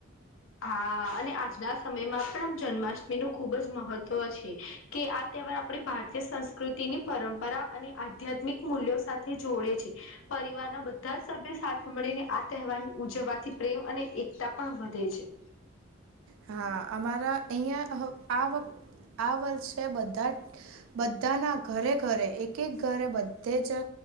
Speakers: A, on the left (about 70°); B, on the right (about 80°).
A: હા અને આજના સમયમાં આપણામાં જન્માષ્ટમી નું ખુબ જ મહત્વ છે કે આ તહેવાર આપણી ભારતીય સં સંકૃતિની પરંપરા અને આધ્યાત્મિક મૂલ્યો સાથે જોડે છે. પરિવારના બધા જ સભ્યો સાથે મળીને આ તહેવાર ઉજવવાથી પ્રેમ અને એકતા પણ વધે છે.
B: હા અમારા અહીંયા હ આ વ આ વર્ષે બધા. બધા બધાના ઘરે ઘરે એક એક ઘરે. તે જ